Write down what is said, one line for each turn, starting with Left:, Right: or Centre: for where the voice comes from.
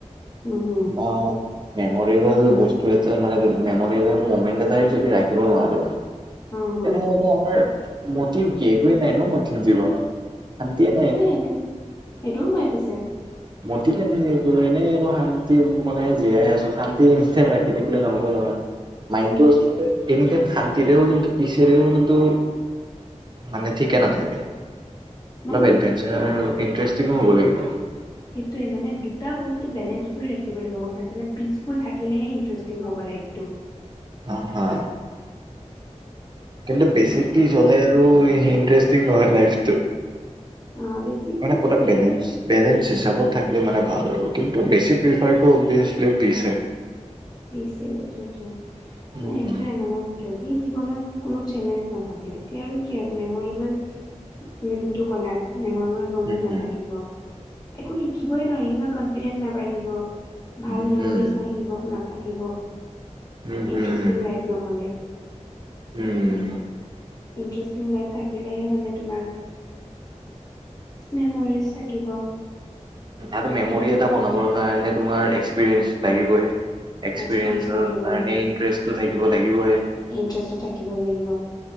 Left: উম হম।
Right: বা মেমৰেবল বস্তু এটাই মানে মেমৰেবল ম'মেন্ট এটাই যদি ৰাখিব নোৱাৰো।
Left: উম হম
Right: তেনেহলে আমাৰ মতিভ কি, একোৱেই নাই ন মাতিভ জীৱনৰ। শান্তিয়েই
Left: সেইটোয়ে
Right: নাই।
Left: সেইটো সেইটোও হয় পিছে
Right: মতিভেই নাই একো এনেই আৰু শান্তি মানে জীয়াই আছো শান্তি এনিটাইম ৰাখি থাকিলে নহব নহয়। মাইনটো এনিটাইম শান্তিৰেও কিন্ত পিছেৰেও কিন্তু মানে ঠিকে নাথাকে, অলপ
Left: মানে
Right: এডভেঞ্চাৰ ইণ্টাৰেষ্টিঙো হ'ব লাগিব।
Left: সেইটোৱেই মানে, দুটা বস্তু বেলেঞ্চ কৰি ৰাখিব লাগিব, গম পাইছানে? পিচফুল থাকিলেহে ইণ্টাৰেষ্টিং হ'ব লাইফটো।
Right: অহ, হা। কিন্তু বেছি পিচ হ'লে আৰু ইন্টাৰেষ্টিং নহয় লাইফটো।
Left: অহ বেছি
Right: মানে
Left: পিছ
Right: পুৰা
Left: হ'লে
Right: বেলেঞ্চ
Left: আৰু।
Right: বেলেঞ্চ হিচাপত থাকিলে মানে ভাল আৰু কিন্তু বেছি প্ৰিফাৰটো অবভিয়াচলি পিচ হয়।
Left: পিছ হয় এইটোৱেইটো,
Right: উম,
Left: এইটোয়েই
Right: হুম।
Left: মানে য দি জীৱনত কোনো চেলেঞ্জ নথাকে তেতিয়া আৰু কি আৰু মেমৰেবল তুমি যোনটো ক'লা মেমৰেবল মমেণ্ট
Right: উম, হুম,
Left: নাথাকিব, একো শিকিবই নোৱাৰিম ন কনফিডেন্ নাবাঢ়িব।
Right: উম,
Left: ভাল মেমৰিছ
Right: হুম,
Left: নাহিব, নাথাকিব
Right: উম, হুম,
Left: ইণ্টাৰেষ্টিং লাইফ নহ'লে।
Right: উম।
Left: ইন্টাৰেষ্টিং লাইফ থাকিলেহে মানে তোমাৰ। মেমৰিছ থাকিব।
Right: আৰু মেমৰি এটা বনাবৰ কাৰণে তোমাৰ এক্সপিৰিয়েঞ্চ লাগিবই। এক্সপিৰিয়েঞ্চৰ
Left: এক্সপিৰিয়েঞ্চ লাগিব।
Right: কাৰণে ইণ্টাৰেষ্টটো থাকিব লাগিবই।
Left: ইণ্টাৰেষ্টটো থাকিব লাগিব,